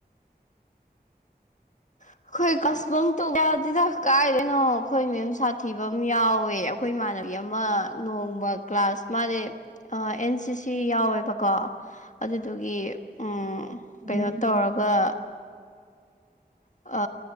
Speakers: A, on the right; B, on the left.
A: <inaudible>
B: ꯑꯩꯈꯣꯏ ꯀ꯭ꯂꯥꯁ ꯕꯪ ꯇꯧꯕ ꯌꯥꯗꯦꯗ ꯀꯥꯏꯗꯩꯅꯣ ꯑꯩꯈꯣꯏ ꯃꯦꯝ ꯁꯥꯊꯤꯕ ꯑꯃ ꯌꯥꯎꯋꯦ ꯑꯩꯈꯣꯏ ꯏꯃꯥꯟꯅ ꯕꯤ ꯑꯃ ꯅꯣꯡꯃ ꯀ꯭ꯂꯥꯁ ꯃꯥꯖꯦ ꯑ ꯑꯦꯟ ꯁꯤ ꯁꯤ ꯌꯥꯎꯋꯦꯕꯀꯣ ꯑꯗꯨꯗꯨꯒꯤ ꯑꯝ
A: ꯎꯝ
B: ꯀꯩꯅꯣ ꯇꯧꯔꯒ ꯀ
A: <inaudible>
B: ꯑ